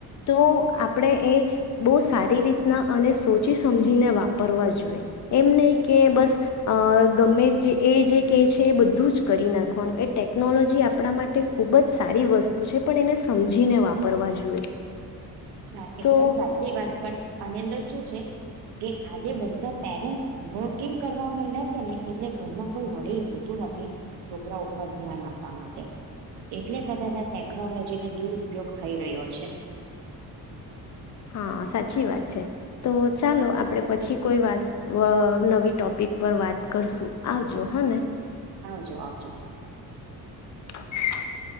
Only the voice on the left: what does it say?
તો આપણે એ બો સારી રીતના અને સોચી સમજીને વાપરવા જોઈએ. એમ નઈ કે બસ અ ગમે જે એ જે કેય છે એ બધું જ કરી નાખવાનું એ ટેકનોલોજી આપણા માટે ખૂબ જ સારી વસ્તુ છે પણ એને સમજીને વાપરવા જોઈએ.
તો
હા સાચી વાત છે તો ચાલો આપણે પછી કોઈ વાર નવી ટોપિક પર વાત કરશું આવજો હ ને
<inaudible>